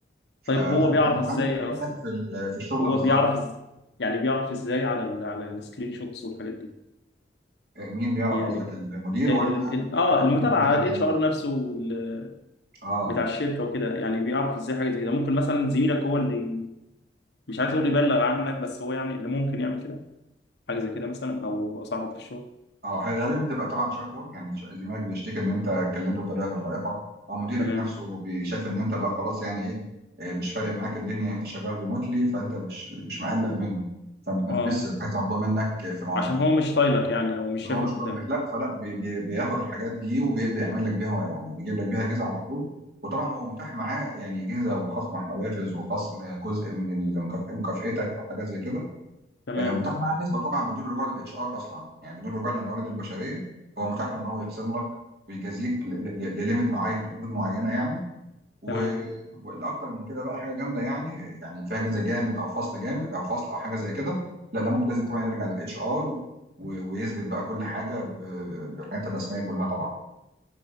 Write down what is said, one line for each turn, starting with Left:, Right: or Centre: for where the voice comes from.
Right: فلا
Left: طيب هو بيعرف
Right: انت بتتعامل
Left: ازاي
Right: كانك
Left: اصلا
Right: في ال- في الشغل
Left: هو
Right: بالظبط
Left: بيعرف إز- يعني بيعرف ازاي على ال على السكرين شوتس والحاجات دي
Right: آه، مين بيعرف
Left: يعني
Right: قصدك المدير
Left: آه،
Right: ولا
Left: ال ال اه
Right: حاجه
Left: المتابعه
Right: اوتوماتيك
Left: الاتش
Right: يعني
Left: ار نفسه وال-
Right: اه
Left: بتاع الشركه وكده يعني بيعرف ازاي حاجه زي كده ممكن مثلا زميلك هو اللي مش عايز اقول يبلغ عنك بس هو يعني اللي ممكن يعمل كده حاجه زي كده مثلا او صاحبك في الشغل
Right: اه غالبا بتبقى طبعا شكوى يعني ش- زميلك بيشتكي ان انت اتكلمته بطريقه غير لائقه او مديرك
Left: تمام
Right: نفسه بي- شايف ان انت بقى خلاص يعني ايه آه، مش فارق معاك الدنيا يعني انت شغال ريموتلي فانت مش مش مقلق منه فما بتنفذش
Left: اه
Right: الحاجات المطلوبه منك في مواعيدها
Left: عشان هو مش طايلك يعني او مش
Right: عشان
Left: شايفك
Right: هو بيشتغلك
Left: قدامه
Right: لا فلا بي بي بياخد الحاجات دي وبيبدا يعمل لك بيها يعني بيجيب لك بيها جزء على طول وطبعا هو متاح معاه يعني جزء وخصم حوافز وخصم جزء من المكافأ- مكافأتك او حاجه زي كده
Left: تمام
Right: آه، متاح معاه نسبه طبعا بدون رجوع للاتش ار اصلا يعني بدون رجوع للموارد البشريه هو متاح له ان هو يقسم لك ويجازيك ل- ل- لليميت معين لحدود معينه يعني و-
Left: تمام
Right: والاكتر من كده بقى حاجه جامده يعني يعني فيها جزء جامد او فصل جامد او فصل او حاجه زي كده لا ده ممكن لازم طبعا يرجع للاتش ار ويثبت بقى كل حاجه ب- بالحاجات الرسميه كلها طبعا